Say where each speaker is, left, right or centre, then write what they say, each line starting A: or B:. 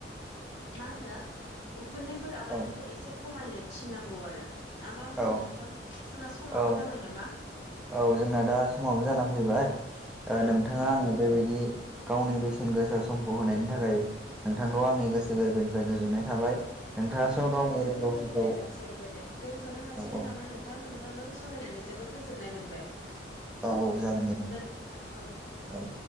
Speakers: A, on the left; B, in the centre.
A: मा होनो उखुन्दैफोर आगारनायखौ
B: औ
A: एसे खमायनो थिननांगौ आरो। ना मा
B: औ
A: बुंङो नोंथां जोंना समाबो
B: औ
A: जाबाय नामा?
B: औ जोंना दा समावबो जाना फैबाय ओ
A: औ
B: नोंथांङा
A: औ
B: आंनो बेबायदि गावनि बेसेन गोसा समखौ होनायनि थाखाय नोंथांखौ आंनि गोसो गोरबोनिफ्राय गोजोननाय थाबाय। नोंथाङास'
A: औ नोंथांनिसिमबो
B: गावनि रोंगौथिखौ
A: गोजोननाय
B: औ
A: जासिहरबाय दे दोनथ'नो हासिगोन
B: औ
A: नामा नोंथां नों थांजों सावरायनानै जोबोद गोजोननाय मोनबाय
B: औ औ जागोन दे नोंथां
A: दोन औ दे।
B: औ